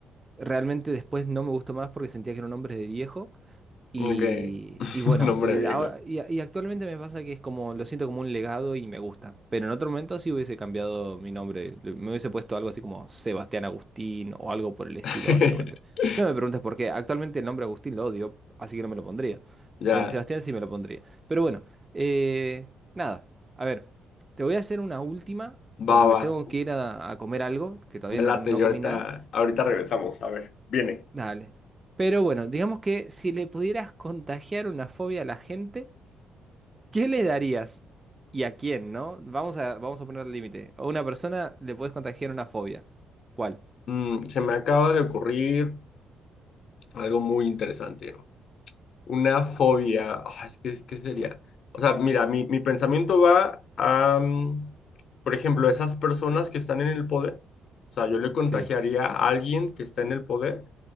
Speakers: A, on the right; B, on the left.
A: realmente después no me gustó más porque sentía que era un nombre de viejo y,
B: Ok. <laughs>
A: y bueno,
B: Nombre
A: eh,
B: viejo.
A: ahora- y, y actualmente me pasa que es como, lo siento como un legado y me gusta. Pero en otro momento sí hubiese cambiado mi nombre. le- Me hubiese puesto algo así como Sebastián Agustín o algo por el estilo,
B: <laughs>
A: básicamente. No me preguntes por qué. Actualmente el nombre Agustín lo odio, así que no me lo pondría.
B: Ya,
A: El Sebastián sí me lo pondría. Pero bueno, eh, nada. A ver, te voy a hacer una última
B: baba.
A: porque me tengo que ir a, a comer algo, que todavía
B: Me late
A: no no
B: y ahorita,
A: comí nada.
B: ahorita regresamos. A ver, viene.
A: Dale. Pero bueno, digamos que si le pudieras contagiar una fobia a la gente, ¿qué le darías? ¿Y a quién, no? Vamos a, vamos a poner el límite. A una persona le puedes contagiar una fobia. ¿Cuál?
B: Mm, se me acaba de ocurrir algo muy interesante. Una fobia. ah, es que, ¿qué sería? O sea, mira, mi, mi pensamiento va a, mm, por ejemplo, esas personas que están en el poder. O sea, yo le contagiaría
A: Sí.
B: a alguien que está en el poder